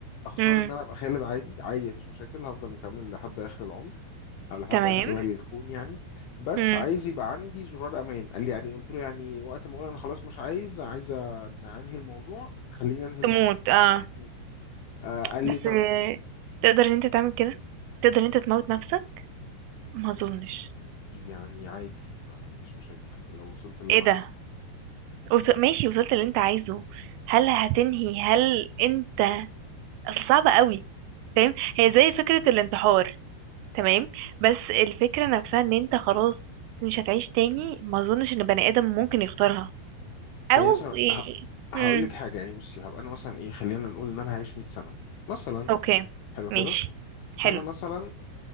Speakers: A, on the left; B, on the right.
A: اختار
B: امم
A: ان انا ابقى خالد عادي عادي مفيش مشاكل هفضل مكمل لحد اخر العمر او لحد
B: تمام
A: اخر الكون يعني بس
B: امم
A: عايز يبقى عندي زرار امان قال لي يعني قلت له يعني وقت ما اقول انا خلاص مش عايز عايز أن- انهي الموضوع خلينا انهي الموضوع
B: تموت اه
A: م. آه قال لي
B: بس
A: طب
B: آه، تقدر ان انت تعمل كده تقدر ان انت تموت نفسك ما اظنش
A: يعني عادي ما عنديش مشاكل لو وصلت اللي
B: ايه
A: انا
B: ده
A: عايزه
B: وص- ماشي وصلت اللي انت عايزه هل هتنهي هل انت اصل صعبة قوي فاهم هي زي فكرة الانتحار تمام بس الفكرة نفسها ان انت خلاص مش هتعيش تاني ما اظنش ان بني ادم ممكن يختارها او
A: يعني مثلا ه- هقول
B: امم
A: لك حاجه يعني بصي هبقى انا مثلا ايه خلينا نقول ان انا هعيش 100 سنه مثلا
B: اوكي
A: حلو
B: ماشي
A: كده فانا
B: حلو
A: مثلا